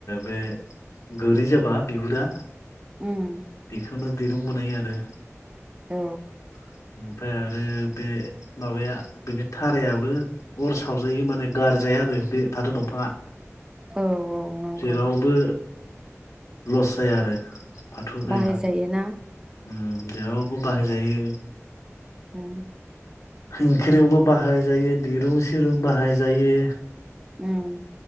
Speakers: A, on the left (about 80°); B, on the right (about 15°).
A: बे गोरि जाबा बिगुरा
B: उम।
A: बेखौनो दिरुं बनायो आरो।
B: औ।
A: उम। ओमफ्राय आरो बे माबाया बिनि थारायाबो अर सावजायो माने गारजाया आरो बे फाथो दंफाङा।
B: औ औ नंगौ
A: जेरावबो लस जाया आरो फाथो गायबा
B: बाहायजायोना?
A: उम जेरावबो बा हाय जायो।
B: उम।
A: इंख्रियावबो बाहाय जायो दिरुं सिरुं बाहाय जायो।
B: उम।